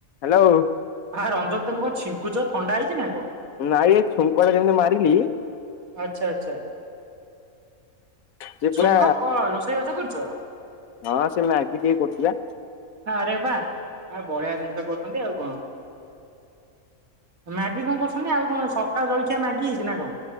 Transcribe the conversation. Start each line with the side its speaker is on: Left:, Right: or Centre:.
Left: Hello.
Right: ଆ ରଞ୍ଜନ ତମେ କଣ ଛିଙ୍କୁଚ ଥଣ୍ଡା ହେଇଚି ନା କଣ?
Left: ନା ଏ ଛୁଙ୍କ ଏଇରେ ଯେମିତି ମାରିକି
Right: ଆଚ୍ଛା ଆଚ୍ଛା।
Left: ସେ ପୁରା
Right: ଛୁଙ୍କ କଣ ରୋଷେଇ ବାସା କରୁଚ?
Left: ହଁ ସେ ମ୍ୟାଗି ଟିକେ କରୁଥିଲି ପା।
Right: ହଁ ଆରେ ବା ଆ ବଢିଆ ଜିନିଷ କରୁଛନ୍ତି ଆଉ କଣ? ମାଗି କଣ କରୁଛନ୍ତି ଆଉ କଣ ସକାଳ ଜଳଖିଆ ମାଗି ହେଇଛି ନା କଣ?